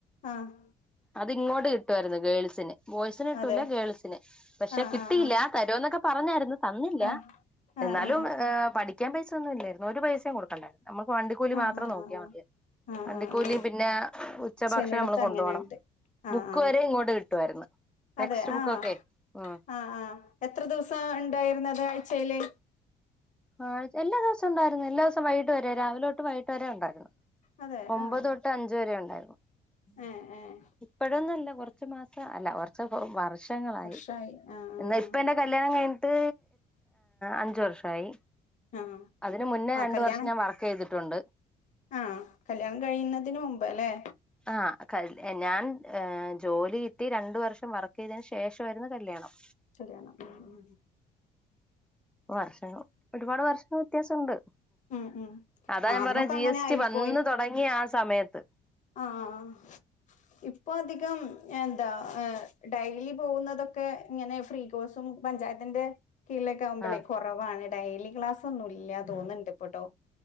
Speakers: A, on the left (about 45°); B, in the centre.
A: ആഹ്
B: അതിങ്ങോട്ട് കിട്ടുവായിരുന്നു. ഗേൾസിന് ബോയ്സിന് കിട്ടൂല്ല
A: അതെ
B: ഗേൾസിന് പക്ഷെ
A: ആഹ്
B: കിട്ടിയില്ല.
A: ആഹ്
B: തരോന്നൊക്കെ പറഞ്ഞായിരുന്നു തന്നില്ല.
A: ആഹ് ആഹ്
B: എന്നാലും
A: ആഹ്
B: പഠിക്കാ പൈസ ഒന്നുല്ലായിരുന്നു. ഒരു പൈസയും കൊടുക്കണ്ടായിരുന്നു. നമ്മുക്ക് വണ്ടിക്കൂലി
A: ആഹ്
B: മാത്രം
A: ആഹ്
B: നോക്കിയാ
A: ആഹ്
B: മതി.
A: ആഹ് ആഹ്
B: വണ്ടിക്കൂലിം
A: ആഹ് ആഹ്
B: പിന്നെ ഉച്ച
A: ചെലടത്ത്
B: ഭക്ഷണം അമ്മള് കൊണ്ടോണം.
A: അങ്ങനെണ്ട് ആഹ്
B: ബുക്ക്
A: ആഹ്
B: വരെ ഇങ്ങോട്ട് കിട്ടുവായിരുന്നു. ടെക്സ്റ്റ്
A: അതെ
B: ബുക്കൊക്കെ
A: ആഹ്
B: ഉം
A: ആഹ് ആഹ് എത്ര ദിവസം ഇണ്ടായിരുന്നത് ആഴ്ച്ചേല്
B: ആഹ് എല്ലാ ദിവസം ഉണ്ടാര്ന്നു. എല്ലാസം വൈകിട്ട വരെ രാവിലൊട്ട് വൈകിട്ട് വരെ ഉണ്ടാര്ന്നു
A: അതെ
B: ഒമ്പതൊട്ട്
A: ആഹ്
B: അഞ്ച് വരെ ഉണ്ടായിര്ന്നു.
A: ഏഹ് ഏഹ്
B: ഇപ്പഴൊന്നുംല്ല കൊർ ച്ച് മാസം അല്ല കൊർച്ച് വര്ഷങ്ങളായി
A: വർഷായി ആഹ് ആഹ്
B: ഇന്ന്
A: ആഹ്
B: പ്പന്റെ ക ല്യാണം കഴിഞ്ഞിട്ട് അഞ്ച് വർഷായി.
A: ആഹ്
B: അതിന് മുന്നേ
A: ആഹ്
B: രണ്ട്
A: കല്യാണം
B: വർഷം ഞാൻ വർക്കെയ്തിട്ടുണ്ട്.
A: ആഹ് കല്യാണം കഴിയുന്നതിന് മുമ്പ് ല്ലേ
B: ആഹ് കല് ഞാൻ ജോലി കിട്ടി രണ്ട് വർഷം വർക്കെയ്തിന് ശേഷവായിരുന്നു കല്യാണം
A: കല്യാണം ഉം ഉം
B: വർഷങ്ങള് ഒരുപാട് വർഷത്തെ വ്യത്യാസം ഉണ്ട്
A: ഉം ഉം
B: അതാ
A: ആ
B: ഞാൻ
A: അന്നൊക്കെ
B: പറഞ്ഞെ ജി
A: അങ്ങനെ
B: എസ്
A: ആയിരിക്കും
B: ടി വന്ന് തൊടങ്ങിയ ആ സമയത്ത്
A: ആഹ് ഇപ്പൊ അധികം എന്താ ഡെയ്ലി പോകുന്നതൊക്കെ ഇങ്ങനെ ഫ്രീ കോസും പഞ്ചായത്തിന്റെ കീഴലൊക്കെ ആകുമ്പളേ
B: ആഹ്
A: കൊറവാണ് ഡെയ്ലി ക്ലാസൊന്നും ഇല്ല തോന്ന്ണ്ട് ഇപ്പട്ടോ